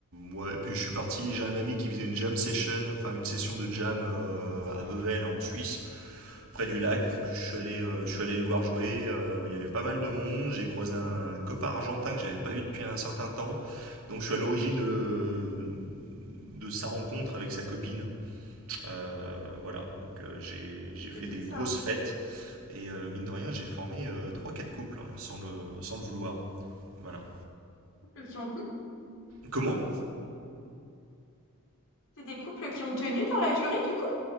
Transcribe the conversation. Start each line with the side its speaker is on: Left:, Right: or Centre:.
Right: ouais, et puis je suis parti. J'ai un ami qui faisait une jam session, enfin une session de jam euh, à Vevel en Suisse. près du lac. Donc je suis allé, euh, je suis allé le voir jouer. Euh, il y avait pas mal de monde. J'ai croisé un copain argentin que j'avais pas vu depuis un certain temps. Donc je suis à l'origine de, de sa rencontre avec sa copine. Euh, voilà. Donc euh, j'ai j'ai fait
Left: c'est bien
Right: des
Left: ça.
Right: grosses fêtes et euh, mine de rien j'ai formé euh,
Left: Pour
Right: trois
Left: les
Right: quatre couples hein, sans le sans le vouloir. Voilà.
Left: couples qui ont tenu.
Right: Comment
Left: C'est des couples qui ont tenu dans la durée du coup?